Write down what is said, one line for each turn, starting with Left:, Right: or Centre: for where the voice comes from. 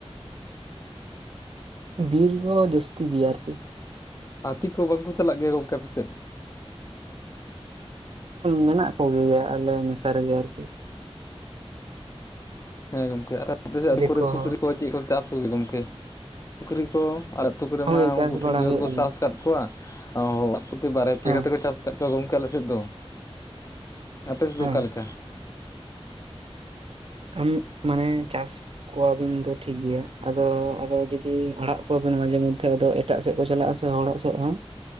Right: ᱵᱤᱨ ᱠᱚ ᱡᱟᱹᱥᱛᱤ ᱜᱮᱭᱟ ᱟᱨᱠᱤ
Left: ᱦᱟᱹᱛᱤ ᱠᱚ ᱵᱟᱝ ᱠᱚ ᱪᱟᱞᱟᱜ ᱜᱮᱭᱟ ᱜᱚᱝᱠᱮ ᱯᱮᱥᱮᱫ?
Right: ᱢᱮᱱᱟᱜ ᱠᱚᱜᱮᱭᱟ ᱟᱞᱮ ᱢᱮᱥᱟ ᱨᱮᱜᱮ ᱟᱨᱠᱤ
Left: ᱦᱮᱸ ᱜᱚᱢᱠᱮ ᱟᱹᱯᱮ
Right: ᱫᱤᱠᱩ
Left: ᱠᱚᱨᱮ ᱥᱩᱠᱨᱤ
Right: ᱦᱚᱸ
Left: ᱠᱚ ᱪᱮᱫ ᱠᱚ ᱪᱟᱥ ᱠᱚᱜᱮ ᱜᱚᱢᱠᱮ ᱥᱩᱠᱨᱤ ᱠᱚ ᱟᱲᱟᱜ ᱟᱹᱛᱩ ᱠᱚᱨᱮᱢᱟ
Right: ᱦᱳᱭ ᱪᱟᱥ
Left: ᱩᱱᱠᱩᱴᱷᱤᱱ
Right: ᱵᱟᱲᱟ
Left: ᱡᱮᱣ
Right: ᱦᱩᱭᱩᱜ
Left: ᱠᱚ
Right: ᱜᱮᱭᱟ
Left: ᱪᱟᱥ ᱠᱚ ᱥᱟᱯ ᱠᱚᱣᱟ ᱚᱲᱟᱜ ᱯᱩᱛᱤ ᱵᱟᱨ ᱯᱮ
Right: ᱦᱮᱸ
Left: ᱠᱟᱛᱮ ᱠᱚ ᱪᱟᱥ ᱟᱠᱟᱫ ᱠᱚᱣᱟ ᱜᱚᱝᱠᱮ ᱟᱞᱮ ᱥᱮᱫ ᱫᱚ᱾ ᱟᱯᱮ ᱥᱮᱫ
Right: ᱦᱮᱸ
Left: ᱫᱚ ᱚᱠᱟ ᱞᱮᱠᱟ?
Right: ᱟᱢ ᱢᱟᱱᱮ ᱪᱟᱥ ᱠᱚᱣᱟᱵᱤᱱ ᱫᱚ ᱴᱷᱤᱠ ᱜᱮᱭᱟ, ᱟᱫᱚ ᱟᱫᱚ ᱡᱩᱫᱤ ᱟᱲᱟᱜ ᱠᱚᱣᱟᱵᱤᱱ ᱢᱟᱡᱷᱮ ᱢᱚᱫᱽᱫᱷᱮ ᱮᱴᱟᱜ ᱥᱮᱫ ᱠᱚ ᱪᱟᱞᱟᱜᱼᱟ ᱥᱮ ᱦᱚᱲᱚᱜ ᱥᱮᱫ ᱦᱚᱸ